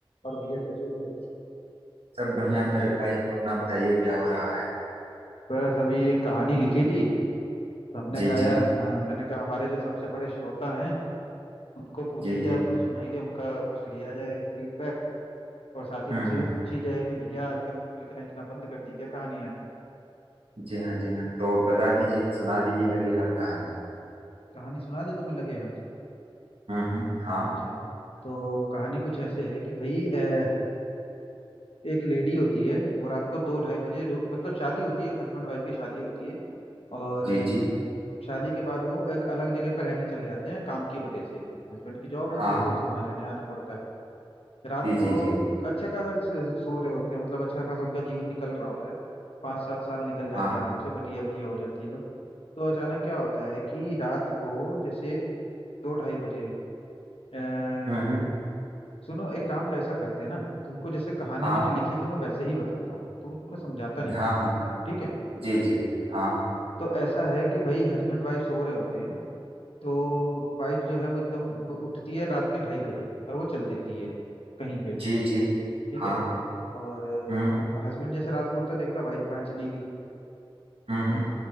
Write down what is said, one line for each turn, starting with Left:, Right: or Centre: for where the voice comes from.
Left: और भैया कैसे हो
Right: सब बढ़िया मेरे भाई अपना बताइए क्या हो रहा है
Left: बस अभी एक कहानी लिखी थी तो हमने
Right: जी
Left: कहा यार
Right: जी
Left: हाँ मैंने कहा हमारे जो सबसे बड़े श्रोता हैं उनको पूछी
Right: जी
Left: जाए
Right: जी
Left: उनको सुनाई जाए उनका कुछ लिया जाए फीडबैक और साथ ही
Right: हम्म
Left: उनसे
Right: हम्म
Left: भी पूछी जाए कि भैया आजकल लिखना लिखना बंद कर दी क्या कहानी आनी
Right: जी हाँ जी हाँ तो बता दीजिए सुना दीजिए लगे हाथ कहानी
Left: कहानी सुना दे तुम्हें लगे हाथ
Right: हम्म हम्म हाँ
Left: अच्छा तो कहानी कुछ ऐसे है कि भाई अ, एक लेडी होती है वो रात को दो ढाई बजे रो- मतलब शादी होती है एक हस्बैंड वाइफ की शादी होती है और
Right: जी
Left: अ,
Right: जी
Left: शादी के बाद वो एक अलग जगह पर रहने चले जाते हैं काम की वजह से हस्बैंड की जॉब होती
Right: हाँ
Left: है तो उसे वहां रहने आना पड़ता है रात
Right: जी
Left: को
Right: जी जी
Left: मतलब अच्छा खासा ज- सो रहे होते हैं मतलब अच्छा खासा उनका जीवन निकल रहा होता है पाँच सात साल निकल जाते
Right: हाँ
Left: हैं आराम से बटिया बटिया हो जाती है सब तो अचानक क्या होता है कि रात को जैसे दो ढाई बजे अ,
Right: हम्म हम्म
Left: सुनो एक काम कैसा करते हैं ना तुमको जैसे कहानी
Right: हाँ
Left: मैंने लिखी है तो मैं वैसे ही बताता हूँ तो पूरा समझाता नहीं हूँ
Right: हाँ
Left: कहानी
Right: हाँ
Left: ठीक है
Right: जी जी
Left: हाँ
Right: हाँ
Left: तो ऐसा है कि भाई हस्बैंड वाइफ सो रहे होते हैं तो वाइफ जो है वो एकदम वो उठती है रात के ढाई बजे और वो चल देती है कहीं पे भी
Right: जी जी
Left: ठीक
Right: हाँ
Left: है और
Right: हम्म
Left: हस्बैंड जैसे रात को उठता देखता वाइफ कहाँ चली गई
Right: हम्म हम्म